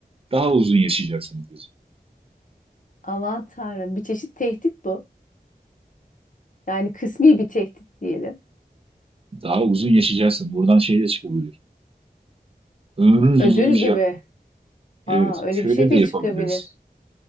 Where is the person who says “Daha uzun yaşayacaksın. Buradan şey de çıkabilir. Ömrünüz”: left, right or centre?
Right